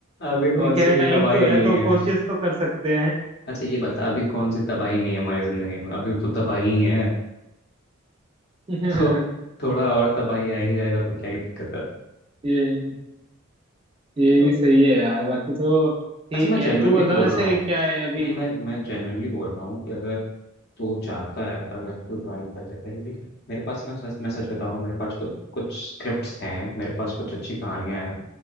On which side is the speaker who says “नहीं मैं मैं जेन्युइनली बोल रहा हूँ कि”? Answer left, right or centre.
Left